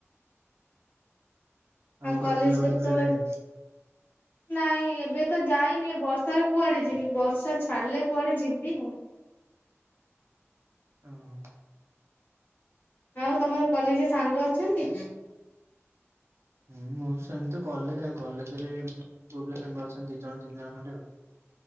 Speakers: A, on the right; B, on the left.
A: ଆଉ କୁଆଡେ
B: କଲେଜ
A: ବୁଲାବୁଲି
B: କେତେବେଳେ
A: କରିବାକୁ ଯାଇନାନ୍ତି?
B: ନାଇଁ ଏବେ ତ ଯାଇନି ବର୍ଷାରେ କୁଆଡେ ଯିବି ବର୍ଷା ଛାଡିଲେ କୁଆଡେ ଯିବି ଆଉ।
A: ଅଁ।
B: ଆଉ ତମର କଲେଜରେ ସାଙ୍ଗ ଅଛନ୍ତି?
A: ହୁଁ ମୁଁ ସେମିତି କଲେଜ କଲେଜରେ ପୁଅ ପିଲା ସାଙ୍ଗ ଅଛନ୍ତି ଦି ଜଣ ତିନି ଜଣ ଖଣ୍ଡେ ଆଉ।